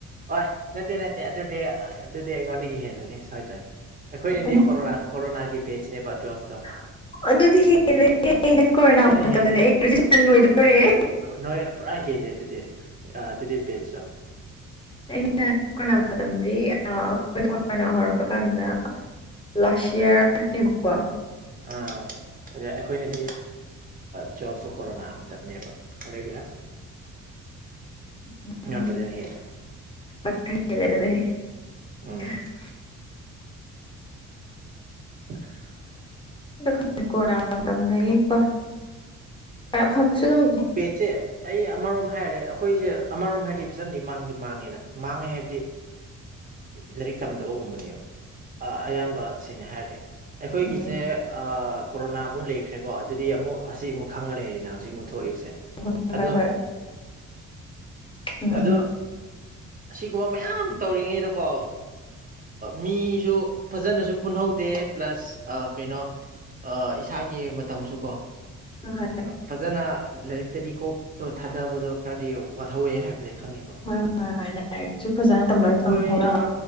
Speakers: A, on the right; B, on the left.
A: ꯑ ꯅꯠꯇꯦ ꯅꯠꯇꯦ ꯑꯗꯨꯗꯤ ꯑꯗꯨꯗꯤ ꯑꯩꯉꯣꯟꯗꯒꯤ ꯍꯦꯜꯂꯨꯅꯤ ꯁꯣꯏꯗ꯭ꯔꯦ ꯑꯩꯈꯣꯏꯅꯗꯤ
B: ꯑꯣ
A: ꯀꯣꯔꯣꯅꯥ ꯀꯣꯔꯣꯅꯥꯒꯤ ꯕꯦꯠꯁꯅꯦꯕ ꯇꯨꯋꯦꯜ
B: <unintelligible>
A: ꯁꯥꯊꯤꯅ
B: ꯃꯇꯝꯗꯗꯤ
A: ꯍꯦꯜꯂꯦ
B: ꯂꯣꯏꯗꯣꯔꯦꯍꯦ
A: ꯅꯣꯏꯅ ꯄꯨꯔꯥ ꯍꯦꯜꯂꯦ ꯑꯗꯨꯗꯤ ꯑꯗꯨꯗꯤ ꯕꯦꯠꯁꯨꯣ
B: <unintelligible> ꯑ ꯑꯩꯈꯣꯏꯅ ꯍꯧꯔꯛꯄ ꯀꯥꯟꯗ ꯂꯥꯁ ꯏꯌꯥꯔꯅꯦꯕꯀꯣ
A: ꯑꯥ ꯑꯗ ꯑꯩꯈꯣꯏꯅꯗꯤ ꯇꯨꯋꯦꯜꯐꯇ ꯀꯣꯔꯣꯅꯥ ꯃꯇꯝꯅꯦꯕ ꯑꯗꯒꯤ
B: <inaudible> ꯎꯝ
A: ꯌꯥꯝ ꯐꯖꯅ ꯍꯦꯜꯂꯦ
B: <unintelligible>
A: ꯎꯝ <unintelligible>
B: <unintelligible> ꯑꯐꯕꯁꯨ ꯑꯗꯨꯝ
A: ꯆꯦ ꯑꯩ ꯑꯃꯔꯣꯝ ꯍꯥꯏꯔꯦ ꯑꯩꯈꯣꯏꯁꯦ ꯑꯃꯔꯣꯝ ꯍꯥꯏꯔꯗꯤ ꯐꯖꯅꯗꯤ ꯃꯥꯡꯗꯤ ꯃꯥꯡꯉꯦꯗ ꯃꯥꯡꯉꯦ ꯍꯥꯏꯕꯗꯤ ꯂꯥꯏꯔꯤꯛ ꯇꯝꯗꯕꯒꯨꯝꯕꯅꯦꯕ ꯑꯌꯥꯝꯕ ꯁꯦꯡꯅ ꯍꯥꯏꯔꯗꯤ ꯑꯩꯈꯣꯏꯒꯤꯁꯦ
B: ꯎꯝ
A: ꯀꯣꯔꯣꯅꯥ ꯑꯃꯨꯛ ꯂꯩꯈ꯭ꯔꯦꯀꯣ ꯑꯗꯨꯗꯤ ꯑꯃꯨꯛ ꯍꯧꯖꯤꯛ ꯑꯃꯨꯛ ꯈꯪꯉ ꯂꯩꯔꯦꯅ ꯍꯧꯖꯤꯛ ꯃꯨ ꯊꯣꯛꯏꯕꯁꯦ
B: ꯍꯣꯏ
A: ꯑꯗꯣ
B: ꯍꯣꯏ ꯍꯣꯏ ꯎꯝ ꯎꯝ
A: ꯑꯗꯨ ꯑꯁꯤꯒꯨꯝꯕ ꯃꯌꯥꯝ ꯇꯧꯔꯤꯉꯩꯗꯀꯣ ꯃꯤꯁꯨ ꯐꯖꯅꯁꯨ ꯄꯨꯟꯍꯧꯗꯦ ꯄ꯭ꯂꯁ ꯑ ꯀꯩꯅꯣ ꯏꯁꯥꯒꯤ ꯃꯇꯝꯁꯨ ꯀꯣ
B: ꯍꯣꯏ
A: ꯐꯖꯅ ꯂꯥꯏꯔꯤꯛꯇꯗꯤ ꯀꯣꯛꯇꯣ ꯊꯥꯗꯕꯗꯣ ꯈꯔꯗꯤ ꯋꯥꯍꯧꯋꯦ ꯍꯥꯏꯕꯁꯦ ꯈꯪꯉꯦꯕ
B: ꯍꯣꯏ ꯍꯣꯏ ꯍꯣꯏ ꯂꯥꯏꯔꯤꯛꯁꯨ ꯐꯖꯅ ꯇꯝꯕꯁꯨ
A: ꯑꯩꯈꯣꯏꯅ
B: ꯇꯝꯍꯧꯅꯕ